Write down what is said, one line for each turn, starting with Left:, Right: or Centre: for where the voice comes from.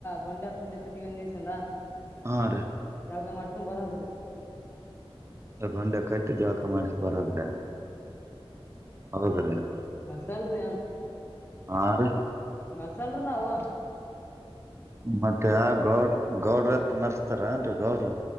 Left: ಗೊಂಡೆ ಪಂಡೆ ಕಟ್ಟಿಗೊಂಡಿತಲ್ಲ
Right: ಆ ರಿ
Left: ಕಳಗ ಮಾಡಸನ್ ಬರದ್ರಿ
Right: ಬಂಡೆ ಕಟ್ಟಿ ಜಳಕ ಮಾಡಿ. ಬರದ್ರೆ ಹೌದ್ರೆ
Left: ಮರ್ಸಲ್ರಿ
Right: ಹ ರಿ
Left: ಮಲ್ಸಲ್ರಿ ನಾವು
Right: ಮತ್ತೆ ಆ ಗೌಡ ಗೌಡ್ರತ್ ಮರ್ಸ್ತಾರ ನ್ರಿ ಗೌಡ್ರ